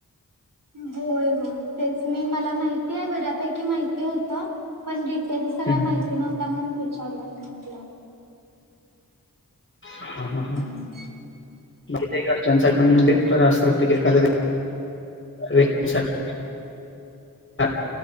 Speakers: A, on the right; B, on the left.
A: होय होय तेच मी मला माहिती आहे बऱ्यापैकी माहिती होतं. पण डिटेल सगळ्या
B: हा
A: माहिती नव्हत्या म्हणून विचारूयात म्हटलं.
B: हा हा हा
A: हम्म
B: माहितीये का घरच्यांच म्हणजे बराच प्रत्येक एखादेवेळी वेळ साठी अ